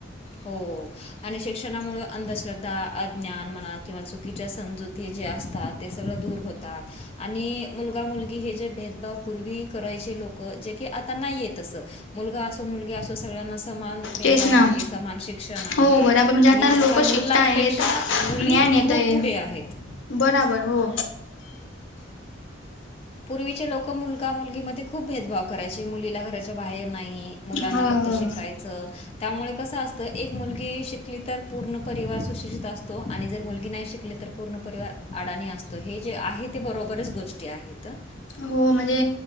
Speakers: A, on the left; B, on the left.
A: हो, आणि शिक्षणामुळे अंधश्रद्धा अज्ञान म्हना. किंवा चुकीच्या समजुती जे असतात, ते सगळं दूर होतात. आणि मुलगा मुलगी हे जे भेदभाव पूर्वी करायचे लोकं. जे की आता नाही ये तस. मुलगा असो, मुलगी असो, सगळ्यांना समान भेदभाव
B: तेच ना
A: आहे. समान शिक्षण आहे.
B: हो बराबर म्हणजे
A: आणि
B: आता
A: आजकाल
B: लोक
A: मुलांपेक्षा
B: शिकता आहेत
A: मुली
B: ज्ञान येतंय
A: खूप पुढे आहेत.
B: बराबर हो.
A: पूर्वीचे लोक, मुलगा मुलगीमध्ये खूप भेदभाव करायची. मुलीला घराच्या बाहेर नाही. मुलांना
B: हो
A: फक्त
B: हो
A: शिकायचं. त्यामुळे कसं असत. एक मुलगी शिकली तर, पूर्ण परिवार सुशिक्षित अस तो. आणि जर मुलगी नाही शिकली तर, पूर्ण परिवार अडाणी असतो. हे जे आहेत. ते बरोबरच गोष्टी आहेत. अ.
B: हो, म्हणजे